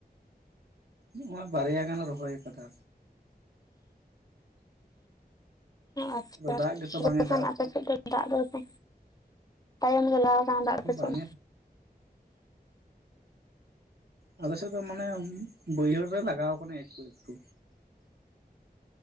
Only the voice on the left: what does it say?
ᱟᱪᱪᱷᱟ
ᱟᱪᱪᱷᱟ
ᱛᱚᱵᱮ
ᱠᱷᱟᱱ
ᱟᱯᱮ ᱥᱮᱫ ᱫᱚ ᱫᱟᱜ ᱫᱚ ᱯᱮ ᱛᱟᱭᱚᱢ ᱜᱮᱞᱟᱣ ᱠᱟᱱᱟ ᱫᱟᱜ ᱯᱟᱪᱮᱫ᱾